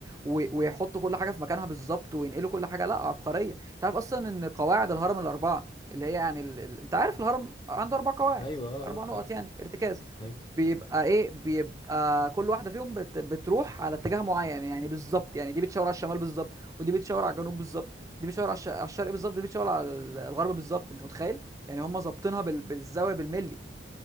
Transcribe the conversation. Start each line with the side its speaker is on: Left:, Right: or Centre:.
Right: و- ويحطوا كل حاجه في مكانها بالظبط وينقلوا كل حاجه لا عبقريه انت عارف اصلا ان قواعد الهرم الاربعه اللي هي يعني ال... ال... انت عارف الهرم عنده اربع قواعد
Left: ايوه اه
Right: اربع نقط
Left: اه
Right: يعني ارتكاز
Left: آه، ايوه
Right: بيبقى ايه بيبقى كل واحده فيهم بت... بتروح على اتجاه معين يعني بالظبط يعني دي بتشاور على الشمال بالظبط ودي بتشاور على الجنوب بالظبط ودي بتشاور على, الش... على الشرق بالظبط ودي بتشاور على ال- الغرب بالظبط انت متخيل يعني هم ظابطينها بال... بالزاويه بالملي